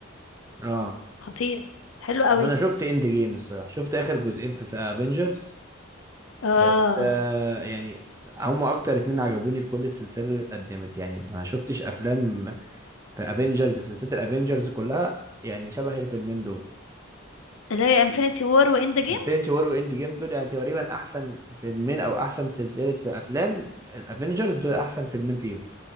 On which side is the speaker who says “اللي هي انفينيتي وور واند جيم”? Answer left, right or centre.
Left